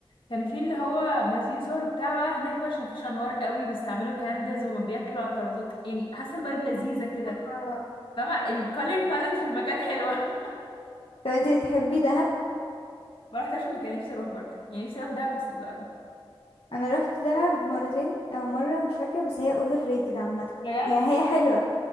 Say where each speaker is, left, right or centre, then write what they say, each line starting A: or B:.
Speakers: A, on the left; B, on the left.
A: كان في اللي هو منزلين صور بتاع بقى هناك بقى عشان مفيش انوار قوي بيستعملوا كاندلز وما بياكلوا على الترابيزات يعني حاسه الفايب لذيذه كده
B: اه
A: فاهمه الكالر باليت في المكان حلوه <laughs>
B: طب انتي بتحبي دهب
A: ما رحتش قبل كده نفسي اروح برضه يعني نفسي اروح دهب وسيوه قوي
B: انا رحت دهب مرتين او مره مش فاكره بس هي اوفر ريتد عامه
A: بجد
B: يعني هي حلوه